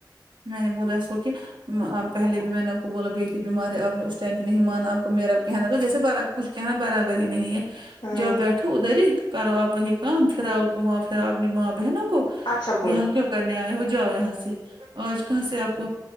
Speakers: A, on the right; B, on the left.
A: میں نے بولا اس کو کہ پہلے بھی میں نے آپ کو بولا بیٹی بیمار ہے آپ نے اس ٹائم بھی نہیں مانا آپ کو میرا کہنا تو جیسے برابر کچھ کہنا برابر ہی نہیں ہے
B: ہوں
A: جب بیٹھو ادھر ہی کرو آپ وہیں کام پھراؤ گھوماؤ پھرا اپنی ماں بہنوں کو
B: اچھا بولا
A: یہاں تو کرنے آئے ہو جاؤ یہاں سے آج کہاں سے آپ کو